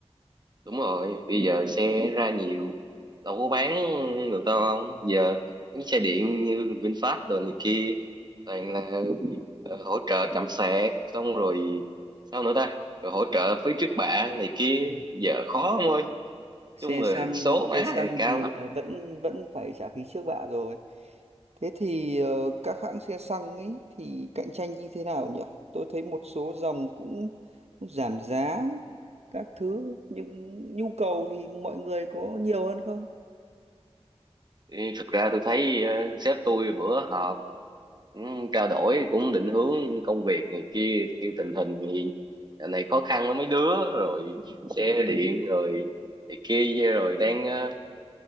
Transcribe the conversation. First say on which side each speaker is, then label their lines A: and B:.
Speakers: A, on the right (about 40°); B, on the right (about 75°).
A: đúng rồi bây giờ xe ra nhiều đâu có bán được đâu ông giờ mấy xe điện như VinFast đồ này kia toàn là ờ, hỗ trợ trạm sạc xong rồi sao nữa ta rồi hỗ trợ phí trước bạ này kia
B: không?
A: giờ khó ông ơi
B: xe
A: chung là
B: xăng
A: số má
B: xe xăng
A: thì cao
B: thì
A: lắm
B: ờ, vẫn vẫn phải trả phí trước bạ rồi thế thì ờ, các hãng xe xăng ấy thì cạnh tranh như thế nào nhỉ tôi thấy một số dòng cũng giảm giá các thứ nhưng nhu cầu thì mọi người có nhiều hơn không
A: Ê, thực ra tôi thấy ờ, sếp tôi bữa họp cũng trao đổi cũng định hướng công việc này kia kêu tình hình thì dạo này khó khăn lắm mấy đứa rồi xe điện rồi này kia rồi đang ờ,